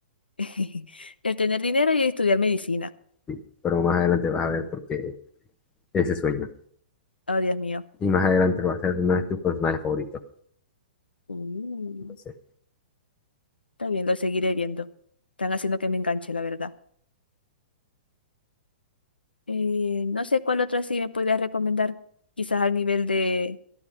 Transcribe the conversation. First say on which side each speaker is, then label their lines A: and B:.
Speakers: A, on the left; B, on the left.
A: <laughs> El tener dinero y estudiar medicina.
B: sí. Pero más adelante vas a ver por qué ese sueño.
A: Oh, Dios mío.
B: Y más adelante va a ser uno de tus personajes favoritos.
A: Mm,
B: Entonces,
A: está bien, lo seguiré viendo. Están haciendo que me enganche, la verdad. Eh, no sé cuál otra sí me podrías recomendar. Quizás al nivel de